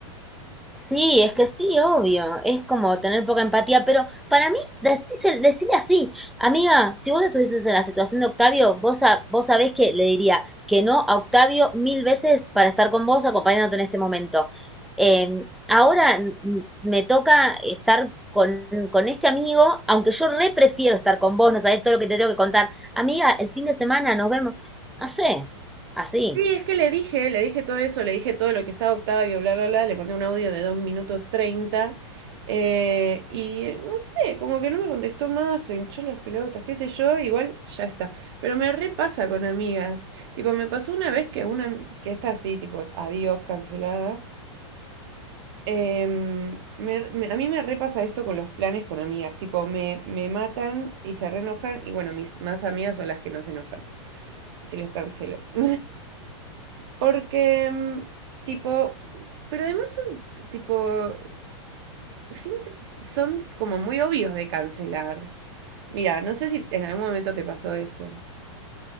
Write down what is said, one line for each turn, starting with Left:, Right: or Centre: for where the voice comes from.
Centre: Sí, es que sí, obvio, es como tener poca empatía, pero para mí, decísel- decirle así, amiga, si vos estuvieses en la situación de Octavio, vos, sa- vos sabés que le diría que no a Octavio mil veces para estar con vos acompañándote en este momento. Eh, ahora mm, me toca estar con, con este amigo, aunque yo re prefiero estar con vos, no sabés todo lo que te tengo que contar. Amiga, el fin de semana nos vemos, no sé, así.
Right: Sí, es que le dije, le dije todo eso, le dije todo lo que estaba Octavio, bla, bla, bla, le mandé un audio de 2 minutos 30 eh, y no sé, como que no me contestó más, se hinchó las pelotas, qué sé yo, igual ya está. Pero me repasa con amigas, tipo, me pasó una vez que una, que está así, tipo, adiós, cancelada. Em, me- me- a mí me repasa esto con los planes con amigas, tipo, me, me matan y se reenojan y bueno, mis más amigas son las que no se enojan, si les cancelo. <laughs> Porque, mm, tipo, pero además son, tipo, siempre son como muy obvios de cancelar. Mira, no sé si en algún momento te pasó eso.